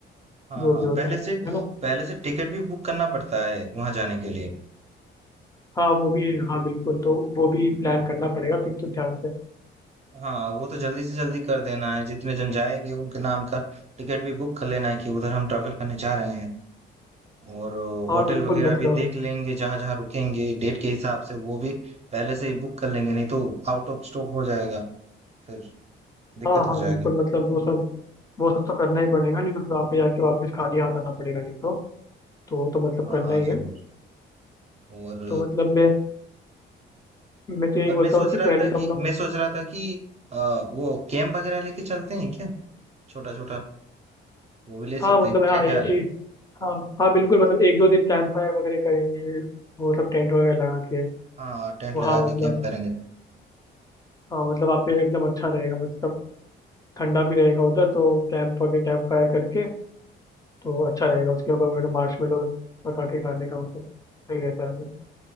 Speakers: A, on the right (about 35°); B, on the left (about 20°).
A: हाँ
B: जो
A: हाँ
B: भी होता
A: पहले
B: है
A: से
B: है ना
A: पहले से टिकट भी बुक करना पड़ता है वहां जाने के लिए
B: हाँ वो भी है, हाँ बिल्कुल तो वो भी प्लान करना पड़ेगा फिर तो ध्यान से
A: हाँ वो तो जल्दी से जल्दी कर देना है जितने जन जाएंगे उनके नाम का टिकट भी बुक कर लेना है कि उधर हम ट्रैवल करने जा रहे हैं और
B: हाँ
A: होटल
B: बिल्कुल
A: वगैरह
B: मतलब
A: भी देख लेंगे जहां जहां रुकेंगे डेट के हिसाब से वो भी पहले से ही बुक कर लेंगे नहीं तो आउट ऑफ स्टॉक हो जाएगा फिर दिक्कत
B: हाँ हाँ
A: हो जाएगा
B: बिल्कुल मतलब वो सब वो सब तो करना ही पड़ेगा नहीं तो फिर वहाँ पे जाके वापस खाली हाथ आना पड़ेगा नहीं तो तो वो तो मतलब
A: हाँ
B: करना ही
A: जरूर
B: है
A: और
B: तो मतलब मैं मैं तो यही
A: और
B: बोलता
A: मैं सोच
B: हूँ कि
A: रहा
B: पहले
A: था
B: तो
A: कि
B: हम लोग
A: मैं सोच रहा था कि अ, वो कैंप वगैरह लेके चलते हैं क्या छोटा छोटा वो भी ले
B: हाँ
A: सकते
B: मतलब
A: हैं
B: हाँ
A: क्या ख्याल
B: ए, ए,
A: है
B: हाँ हाँ बिल्कुल मतलब एक दो दिन कैंप फायर वगैरह करेंगे वो सब टेंट वगैरह लगा के
A: हाँ
B: वो
A: टेंट लगा
B: हाँ मतलब
A: के कैंप करेंगे
B: हाँ मतलब वहाँ पे एकदम अच्छा रहेगा मतलब ठंडा भी रहेगा उधर तो कैंप वगैरह कैंप फायर करके तो वो अच्छा रहेगा उसके ऊपर मैंने मार्शमेलो पका के खाने का मतलब सही रहता है